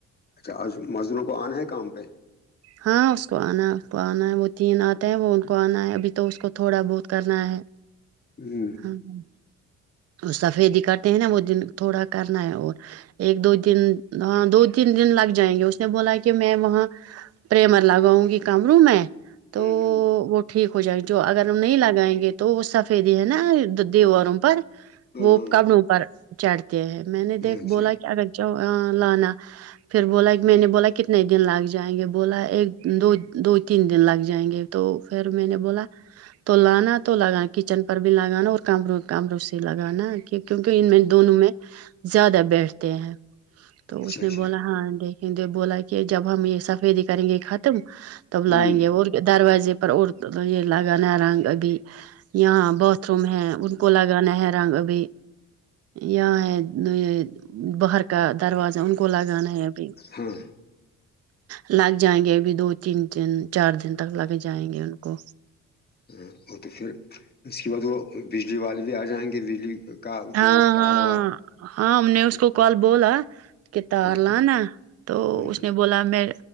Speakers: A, on the left; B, on the right.
A: اچھا آ مزدوروں کو آنا ہے کام پہ
B: ہاں اس کو آنا ہے اس کو آنا ہے وہ تین آتے ہیں وہ ان کو آنا ہے ابھی تو اس کو تھوڑا بہت کرنا ہے
A: جی
B: ہوں ہاں سفیدی کرتے ہیں نا وہ دن تھوڑا کرنا ہے اور ایک دو دن ہاں دو تین دن لگ جائیں گے اس نے بولا کہ میں وہاں پریمر لگاؤں گی کمرو میں تو
A: ہ
B: وہ ٹھیک ہو جائے گا جو اگر ہم نہیں لگائیں گے تو وہ سفیدی ہے نا دی اور ا پر
A: ہ
B: وہ کپڑوں پر چڑھتے ہیں میں نے
A: ہ
B: دیکھ
A: اچھا
B: بولا کیا اگرہ لانا پھر بولا ایک میں نے بولا کتنے دن لگ جائیں گے بولا ایک دو دو تین دن لگ جائیں گے تو پھر میں نے بولا تو لانا تو لگانا کچن پر بھی لگانا اور کمروں کمروں سے لگا نا کہ کیونکہ ان میں دونوں میں زیادہ بیٹھتے ہیں تو
A: اچھا
B: اس نے
A: اچھا
B: بولا ہاں دیکھیںے بولا کہ جب ہم یہ سفیدی کریں گے ختم
A: ہوں
B: تب لائیں گے اور دروازے پر اور یہ لگاانا رنگ ابھی یہ باتھ روم ہے ان کو لگا لگان ہے رنگ ابھی یہاں ہے یہ باہر کا دروازہ ان کو لگانا ہے ابھی
A: ہاں
B: لگ جائیں گے ابھی دو تین دن چار دن تک لگ جائیں گے ان کو
A: ہاں وہ تو پھر اس کے بعد وہ بجلی والے بھی آ جائیں گے بجلی کا
B: ہاں
A: جو تاروا
B: ہاں ہاں ہم نے اس کو کال بولا کہ تار
A: ہاں
B: لانا
A: ہاں
B: تو
A: ہوں
B: اس نے بولا میں